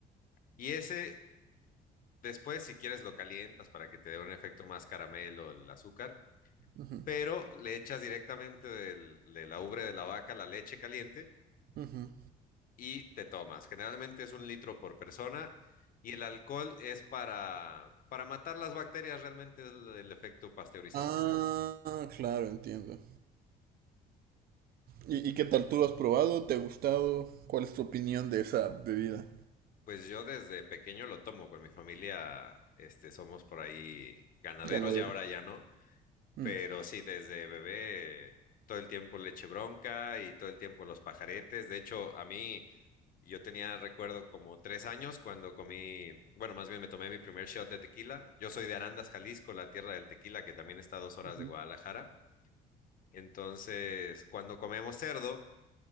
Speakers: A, on the left; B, on the right.
A: Y ese, después, si quieres, lo calientas para que te dé un efecto más caramelo el azúcar,
B: Ujú,
A: pero le echas directamente del- de la ubre de la vaca la leche caliente
B: ujú.
A: y te tomas. Generalmente es un litro por persona y el alcohol es para, para matar las bacterias, realmente es el, el efecto pasteurizante.
B: Ah, claro, entiendo. ¿Y, y qué tal tú lo has probado? ¿Te ha gustado? ¿Cuál es tu opinión de esa bebida
A: Pues yo desde pequeño lo tomo con mi familia, este, somos por ahí ganaderos,
B: ganadera?
A: ya ahora ya no,
B: Mm,
A: pero sí, desde bebé todo el tiempo leche bronca y todo el tiempo los pajaretes. De hecho, a mí Y Yo tenía, recuerdo, como tres años cuando comí, bueno, más bien me tomé mi primer shot de tequila. Yo soy de Arandas, Jalisco, la tierra del tequila, que también está a dos horas
B: Ujú.
A: de Guadalajara. Entonces, cuando comemos cerdo,